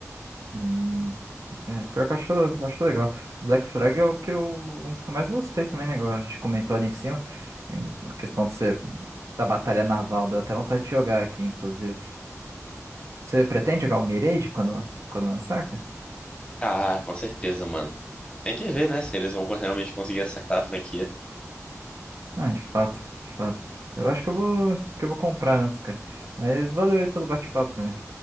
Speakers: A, on the right (about 70°); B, on the left (about 20°).
A: Hum, é, pior que eu acho, acho legal. Black Flag é o que eu, um dos que eu mais gostei também, né? igual A gente comentou ali em cima, em- a questão de ser da batalha naval, deu até vontade de jogar aqui, inclusive. Você pretende jogar o Mirage quando, quando lançar, cara?
B: Ah, com certeza, mano. Tem que ver, né, se eles vão realmente conseguir acertar a franquia.
A: Ah, de fato, de fato. Eu acho que eu vou, que eu vou comprar antes, cara. Mas valeu aí pelo bate-papo, né?